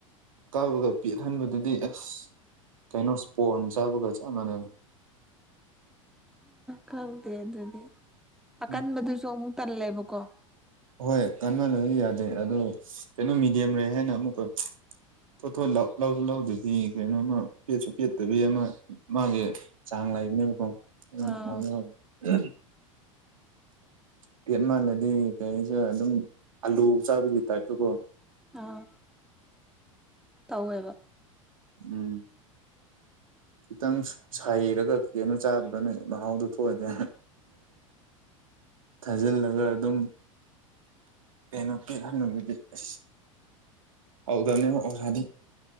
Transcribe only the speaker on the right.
ꯀꯥꯝꯃꯒ ꯄ‌ꯦꯠꯍꯟꯕꯗꯨꯗꯤ ꯑꯁ ꯀꯩꯅꫭ ꯏꯁꯄꯣꯟꯁꯆꯥꯕꯒ ꯆꯞ ꯃꯟꯅꯕꯅ‌ꯦ
ꯎꯝ
ꯍꯣꯏ ꯀꯥꯟꯃꯟꯂꯗꯤ ꯌꯥꯗꯦ ꯑꯗꯣ ꯀꯩꯅꯣ ꯃꯗꯤꯌꯝ ꯂꯩ ꯍꯥꯏꯅ ꯑꯃꯨꯛꯀ ꯊꯣꯊꯣꯠ ꯂꯧꯁꯨ ꯂꯧꯗꯕꯤ ꯀꯩꯅꯣꯃ ꯄꯦꯠꯁꯨ ꯄꯦꯠꯇꯕꯤ ꯑꯃ ꯃꯥꯒꯤ ꯆꯥꯡ ꯂꯩꯕꯅꯦꯕꯀꫭ ꯑꯗꯨꯅꯥ
ꯍꯥꯎꯖꯨ ꯍꯥꯎꯕꯅꯤ ꯄꯦꯠ ꯃꯜꯂꯗꯤ ꯀꯩꯍꯥꯏꯁꯤꯔꯥ ꯑꯗꯨꯝ ꯑꯂꯨ ꯆꯥꯕꯒꯤ ꯇꯥꯏꯞꯇꯨꯀꯣ
ꯎꯝ ꯈꯤꯇꯪ ꯁꯥꯏꯔꯒ ꯀꯦꯅꯣ ꯆꯥꯒꯗꯕꯅ‌ꯦ ꯃꯍꯥꯎꯗ ꯊꯣꯛꯑꫭꯏꯗꯥ ꯊꯥꯖꯤꯜꯂꯒ ꯑꯗꯨꯝ ꯀꯩꯅꯣ ꯄꯔꯥꯟ ꯅꯨꯅꯨꯡꯒꯤꯗꯤ <unintelligible> ꯑꯁ ꯍꯧꯎꯗꯕꯅꯦꯕ ꯑꯣꯔꯥꯗꯤ